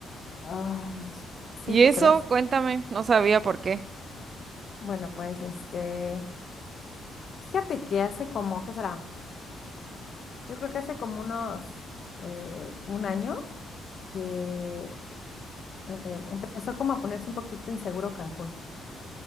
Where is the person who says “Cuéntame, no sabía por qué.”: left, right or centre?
Right